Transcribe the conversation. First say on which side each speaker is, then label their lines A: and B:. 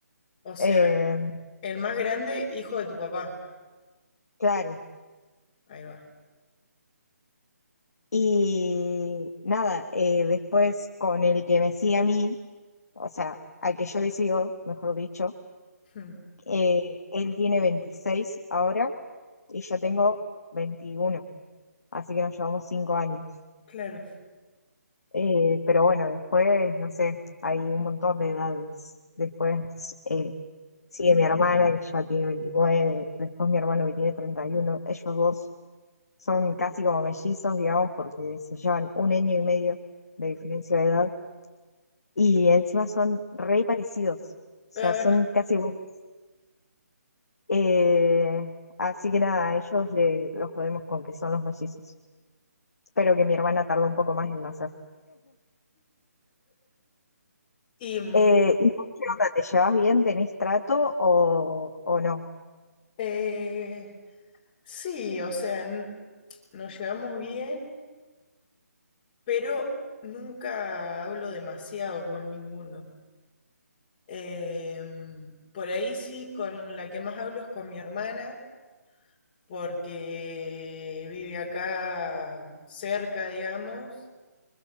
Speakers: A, on the left (about 20°); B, on the left (about 65°).
A: O sea,
B: Eh,
A: el más grande, hijo de tu papá.
B: claro.
A: Ahí va.
B: Y nada, eh, después con el que me sigue a mí, o sea, al que yo le sigo, mejor dicho,
A: Hmm,
B: eh, él tiene 26 ahora y yo tengo 21, así que nos llevamos 5 años.
A: Claro.
B: Eh, pero bueno, después, no sé, hay un montón de edades. Después, eh, Sigue mi hermana que ya tiene 29, después mi hermano que tiene 31, ellos dos son casi como mellizos, digamos, porque se llevan un año y medio de diferencia de edad y encima son re parecidos, o sea,
A: Ah,
B: son casi iguales. Eh, así que nada, a ellos le, los jodemos con que son los mellizos. Espero que mi hermana tardó un poco más en nacer.
A: y mm,
B: Eh, ¿y vos qué onda? ¿Te llevas bien? ¿Tenés trato o, o no?
A: eh, sí, o sea, n- nos llevamos bien, pero nunca hablo demasiado con ninguno. Eh, mm, por ahí sí, con la que más hablo es con mi hermana, porque vive acá cerca, digamos.